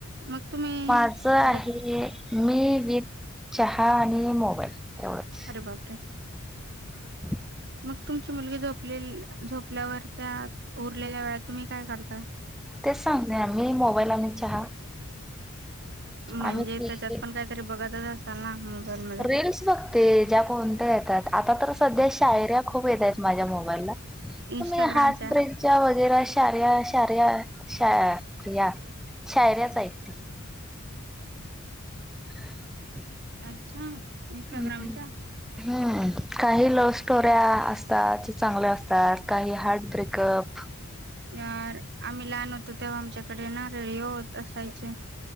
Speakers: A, on the right; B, in the centre.
A: मग तुम्ही
B: माझ आहे
A: आता
B: हे. मी विथ चहा आणि मोबाईल एवढंच.
A: अरे बापरे.
B: <inaudible>
A: मग तुमची मुलगी झोपलेली झोपल्यावर त्या उरलेल्या वेळात, तुम्ही काय करताय?
B: तेच सांगते ना. मी, मोबाईल आणि चहा.
A: म्हणजे
B: आम्ही तिघी
A: त्याच्यात पण काहीतरी बघतच असाल ना? मोबाईल
B: रिल्स बघते. ज्या कोणत्या येतात? आता तर सध्या शायऱ्या खूप येत आहेत, माझ्या मोबाईलला.
A: इंस्टाग्रामच्या
B: तुम्ही हार्ट ब्रेकच्या वगैरा, शार्या शार्या शा या शायऱ्याच आहेत. <inaudible>
A: अच्छा. इंस्टाग्रामच्या
B: हम्म हम्म. हम्म, काही लव्ह स्टोऱ्या असतात, चांगल्या असतात. काही हार्ट ब्रेकअप.
A: यार आम्ही लहान होतो, तेव्हा आमच्याकडे ना, रेडीओ होत असायचे.